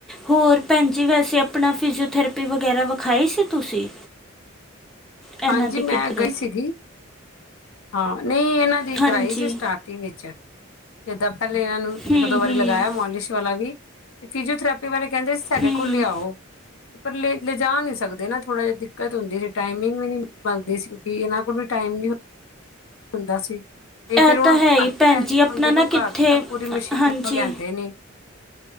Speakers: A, in the centre; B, on the left.
A: ਹੋਰ ਭੈਣ ਜੀ, ਵੈਸੇ ਆਪਣਾ ਫਿਜੀਓਥੈਰੇਪੀ ਵਗੈਰਾ ਵਿਖਾਈ ਸੀ ਤੁਸੀਂ? ਇਹਨਾਂ
B: ਹਾਂਜੀ!
A: ਦੇ
B: ਮੈਂ
A: ਕਿਧਰੇ
B: ਗਈ ਸੀਗੀ ਹਾਂ! ਨਹੀਂ, ਇਹਨਾਂ ਦੀ ਕਰਾਈ
A: ਹਾਂਜੀ
B: ਸੀ ਸਟਾਰਟਿੰਗ ਵਿੱਚ ਜਿੱਦਾਂ ਪਹਿਲੇ ਇਹਨਾਂ ਨੂੰ
A: ਹੂੰ
B: ਇੱਕ -ਦੋ ਵਾਰੀ
A: ਹੂੰ
B: ਲਗਾਇਆ ਮੋਲਿਸ਼ ਵਾਲਾ ਵੀ, ਫਿਜੋਓਥਪ ਵਾਲੇ ਕਹਿੰਦੇ ਸਾਡੇ
A: ਹੂੰ
B: ਕੋਲ ਲਿਆਓ ਪਰ ਲ ਲਿਜਾ ਨਹੀਂ ਸਕਦੇ ਨਾ ਥੋੜਾ ਜ ਦਿੱਕਤ ਹੁੰਦੀ ਸੀ, ਟਾਈਮ ਵੀ ਨਹੀਂ ਬਣਦੇ ਸੀ ਕਿਉਂਕਿ ਇਹਨਾਂ ਕੋਲ ਵੀ ਟਾਈਮ ਨ ਹੁੰਦਾ ਸੀ। ਤੇ ਦੇਖੋ
A: ਇਹ ਤਾਂ
B: ਘਰ
A: ਹੈ ਹੀ ਭੈਣ
B: ਪਏ
A: ਜੀ ਆਪਣਾ
B: ਨੇ
A: ਨਾ ਕਿੱਥੇ
B: ਘਰ ਤਾਂ ਪੂਰੀ ਮਸ਼ੀਨ
A: ਹਾਂਜੀ
B: ਲਿਆਂਦੇ ਨੇ।